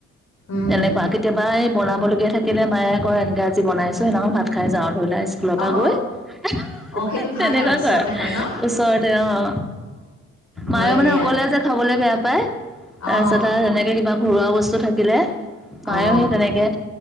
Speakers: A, on the left; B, in the centre.
A: অঁ
B: এনেকুৱা, কেতিয়াবা এই বনাব লগীয়া থাক থাকিলে মায়ে কয় এনেকে আজি বনাইছো সেদিনাখন ভাত খাই যাওঁ ধৰি লোৱা স্কুলৰ
A: অ
B: পৰা গৈ <unintelligible>
A: অ সেইটো
B: তেনেকুৱা
A: ভাল আৰু ওচৰতে
B: কয়।
A: হয় ন
B: ওচৰতে অ অ,
A: হয়
B: মায়েও
A: দিয়া
B: মানে অকলে যে খাবলে বেয়া পায়। তাৰপিছত
A: অ
B: আ সেনেকে কিবা ঘৰুৱা বস্তু থাকিলে মায়ো
A: অ
B: সেই তেনেকে